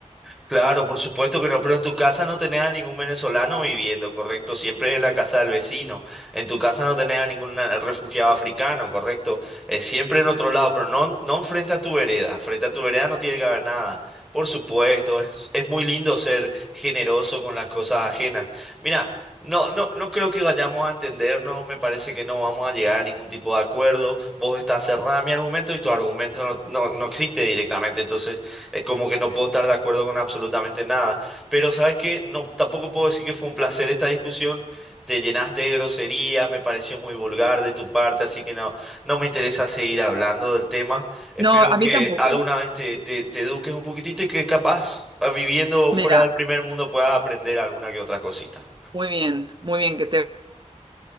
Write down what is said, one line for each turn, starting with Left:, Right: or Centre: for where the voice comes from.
Centre: Claro, por supuesto que no, pero en tu casa no tenés a ningún venezolano viviendo, ¿correcto? Siempre es en la casa del vecino. En tu casa no tenés a ningún na- refugiado africano, ¿correcto? Es siempre en otro lado, pero no, no enfrente a tu vereda. Frente a tu vereda no tiene que haber nada. Por supuesto, es, es muy lindo ser generoso con las cosas ajenas. Mira, no, no, no creo que vayamos a entendernos, me parece que no vamos a llegar a ningún tipo de acuerdo. Vos estás cerrada a mi argumento y tu argumento no, no, no existe directamente, entonces... Es como que no puedo estar de acuerdo con absolutamente nada. Pero sabes que no, tampoco puedo decir que fue un placer esta discusión. Te llenaste de groserías, me pareció muy vulgar de tu parte, así que no, no me interesa seguir hablando del tema. Espero
Right: No, a
Centre: que
Right: mí tampoco.
Centre: alguna vez te, te, te eduques un poquitito y que capaz, ah, viviendo
Right: Mira,
Centre: fuera del primer mundo, puedas aprender alguna que otra cosita.
Right: muy bien, muy bien que te